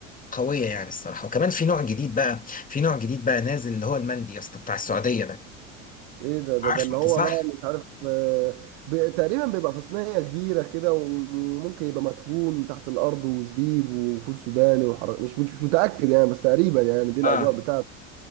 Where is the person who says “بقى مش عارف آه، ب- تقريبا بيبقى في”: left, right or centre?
Right